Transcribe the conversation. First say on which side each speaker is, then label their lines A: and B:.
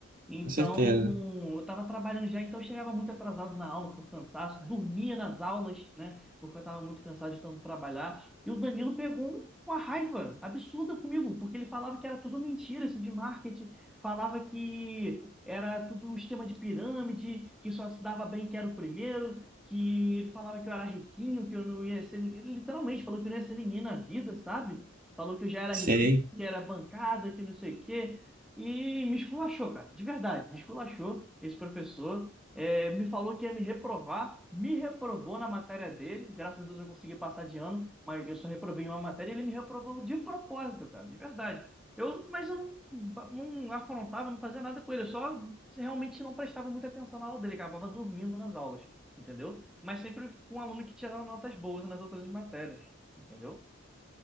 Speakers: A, in the centre; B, on the right.
A: Então,
B: Com certeza.
A: eu estava trabalhando já, então eu chegava muito atrasado na aula por cansaço, dormia nas aulas, né, porque eu estava muito cansado de tanto trabalhar. E o Danilo pegou um- uma raiva absurda comigo, porque ele falava que era tudo mentira isso de marketing, falava que era tudo esquema de pirâmide, que só se dava bem quem era o primeiro que ele falava que eu era riquinho, que eu não ia ser ninguém. Ele literalmente falou que eu não ia ser ninguém na vida, sabe? Falou que eu já era
B: Sei.
A: riquinho, que era bancada, que não sei o quê. E me esculachou, cara, de verdade, me esculachou esse professor. É, me falou que ia me reprovar, me reprovou na matéria dele. Graças a Deus eu consegui passar de ano, mas eu só reprovei em uma matéria e ele me reprovou de propósito, cara, de verdade. Eu, mas eu não, não afrontava, não fazia nada com ele, eu só realmente não prestava muita atenção na aula dele, acabava dormindo nas aulas entendeu? Mas sempre fui um aluno que tirava notas boas nas outras matérias, entendeu?